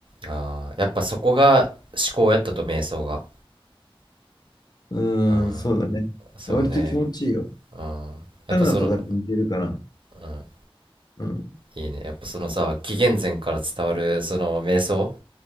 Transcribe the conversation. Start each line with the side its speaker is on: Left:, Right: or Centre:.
Right: ああ、やっぱそこが思考やったと、瞑想が。
Left: うーん、
Right: うん。
Left: そうだね。
Right: そうね。
Left: 割と気持ちいいよ。
Right: うん。やっぱその、
Left: カナダとかって似てるかな。
Right: うん。
Left: うん。
Right: いいね。やっぱそのさ、紀元前から伝わるその瞑想、